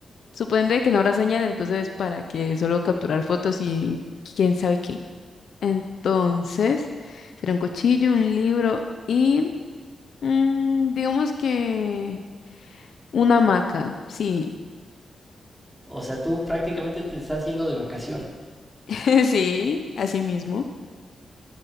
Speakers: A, on the left (about 75°); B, in the centre.
A: supone que no habrá señal, entonces para que solo capturar fotos y quién sabe qué. Entonces, será un cuchillo, un libro y mm, digamos que una hamaca, sí,
B: o sea, tú prácticamente te estás yendo de vacaciones.
A: <laughs> sí, así mismo,